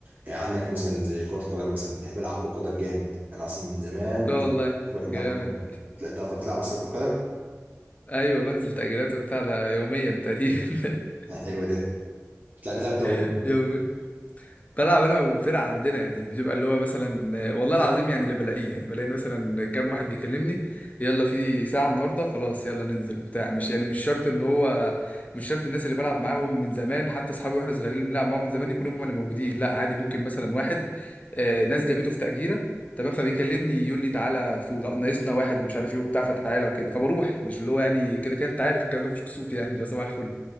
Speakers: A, on the right; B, on the left.
A: يعني عندك مثلا زي كرة قدم مثلا بحب ألعب كرة قدم جامد أنا أصلا من زمان
B: ده
A: من زمان
B: والله
A: بحب
B: جامد
A: ألعب كرة قدم لا، أنت طب بتلعب أصلا كرة قدم؟
B: ايوه بنزل تأجيرات وبتاع ده يوميا تقريبا <laughs>
A: لا، حلو ده بتلعب بتلعب أنت ومين؟
B: <laughs> يوميا بلعب انا وفرقه عندنا يعني بتبقى اللي هو مثلا آه، والله العظيم يعني اللي بلاقيه يعني بلاقي مثلا كام واحد بيكلمني يلا في ساعه النهارده خلاص يلا ننزل وبتاع مش يعني مش شرط ان هو مش شرط الناس اللي بلعب معاهم من زمان حتى اصحابي واحنا صغيرين اللي بنلعب معاهم من زمان يكونوا هم اللي موجودين لا عادي ممكن مثلا واحد آه، ناس جابته في تأجيرة تمام فبيكلمني يقول لي تعالى في ناقصنا واحد ومش عارف ايه وبتاع فتعالى وكده فبروح مش اللي هو يعني كده كده انت عارف الكلام ده مش كسوف يعني ده صباح الفل